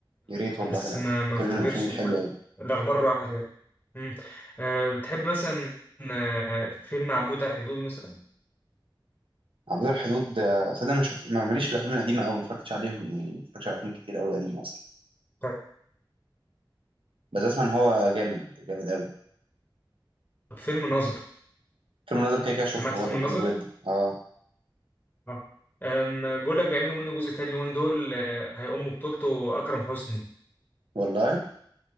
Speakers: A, on the right (about 85°); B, on the left (about 20°).
A: يا ريت والله
B: بس
A: لا
B: ما ما
A: فيلم
B: افتكرش
A: من الأفلام الحلوة
B: لما-
A: أوي.
B: الاخبار راحت يعني مم. آه، بتحب مثلا آه، فيلم عبود على الحدود مثلا
A: عبود الحدود آه، صدق انا مش ما- ماليش في الافلام القديمه قوي ما اتفرجتش عليهم يعني ما اتفرجتش على افلام كتير قوي قديمه اصلا
B: طب
A: بس اسمع ان هو جامد جامد قوي
B: فيلم ناظر
A: فيلم الناظر كده كده شفته
B: سمعت
A: برضه
B: فيلم
A: بحبه
B: ناظر
A: جدا اه
B: اه أم، بقول لك بيعملوا منه جزء تاني اليومين دول آه، هيقوم ببطولته اكرم حسني
A: والله